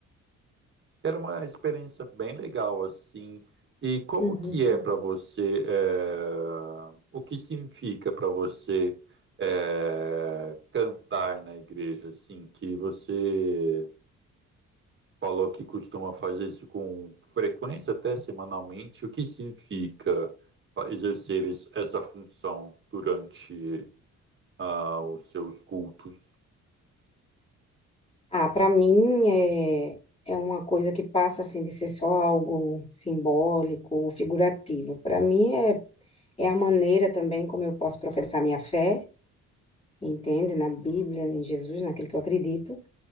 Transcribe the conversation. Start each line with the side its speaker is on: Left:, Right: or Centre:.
Right: era uma experiência bem legal, assim. E como
Left: uhum.
Right: que é para Uhum. você, é, o que significa para você é, cantar na igreja, assim, que você falou que costuma fazer isso com frequência, até semanalmente. O que significa fa- exercer es- essa função durante ah, os seus cultos?
Left: Ah, para mim é, é uma coisa que passa assim de ser só algo simbólico ou figurativo. Para mim é, é a maneira também como eu posso professar minha fé, entende? Na Bíblia, em Jesus, naquilo que eu acredito.